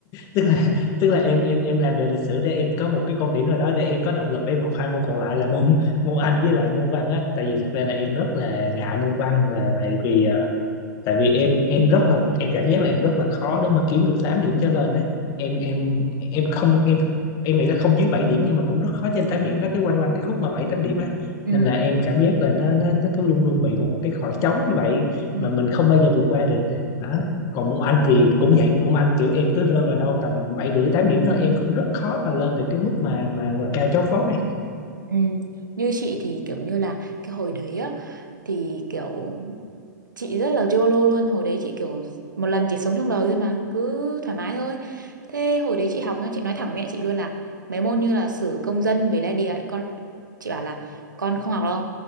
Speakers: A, on the left (about 35°); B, on the right (about 80°).
A: tức là tức là em em em làm đề lịch sử để em có một cái con điểm nào đó để em có động lực để em học hai môn còn lại là môn môn Anh với lại môn văn á tại vì thật ra là em rất là ngại môn văn là tại vì tại vì em em rất là em cảm giác là em rất là khó để mà kiếm được 8 điểm trở lên đấy em em em không em em nghĩ là không dưới bảy điểm nhưng mà cũng rất khó trên tám điểm nó cái quanh quanh cái khúc mà 7 8 điểm á
B: ừ
A: nên là em cảm giác là nó nó nó cứ luôn luôn bị một cái khoảng trống như vậy
B: ừ
A: mà mình không bao giờ vượt qua được đó còn môn Anh thì cũng vậy môn Anh kiểu em cứ rơi vào đâu tầm bảy rưỡi tám điểm thôi em cũng rất khó mà lên được cái mức mà mà, mà cao chót vót này
B: Ừ. Như chị thì kiểu như là cái hồi đấy á thì kiểu chị rất là YOLO luôn hồi đấy chị kiểu một lần chỉ sống trong đời thôi mà cứ thoải mái thôi thế hồi đấy chị học nhá chị nói thẳng với mẹ chị luôn là mấy môn như là sử công dân với lại địa ấy, con chị bảo là con không học đâu